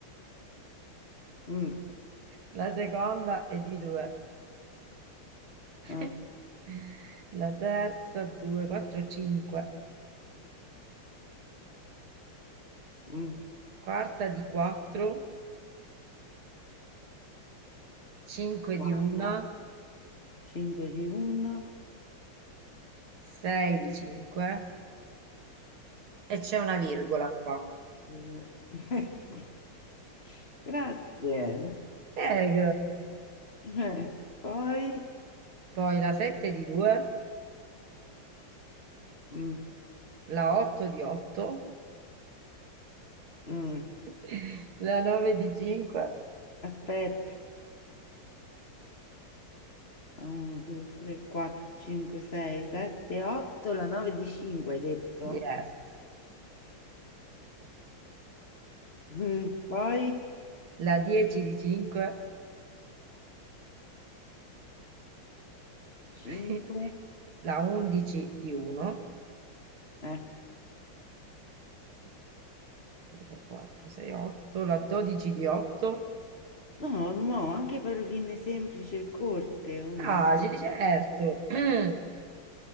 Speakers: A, on the left; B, on the right.
A: Mm,
B: La seconda è di 2. <laughs>
A: eh,
B: La terza 2, 4, 5.
A: mm.
B: quarta di 4, 5
A: Guarda,
B: di 1,
A: 5 di una,
B: 6 di 5 e c'è una virgola qua.
A: due. <laughs> Grazie.
B: Eh,
A: Eh, poi,
B: poi la 7 di 2,
A: mm,
B: la 8 di 8,
A: mm,
B: <laughs> la 9 di 5,
A: aspetta, 1, 2, 3, 4, 5, 6, 7, 8, la 9 di 5 hai detto?
B: yes,
A: Mm, poi
B: la 10 di 5,
A: 5,
B: <laughs> la 11 di 1,
A: eh.
B: 2, 4, 6, 8, la 12 di 8,
A: No, no, anche paroline semplici e corte, 1,
B: facile,
A: 2,
B: certo, <clears throat>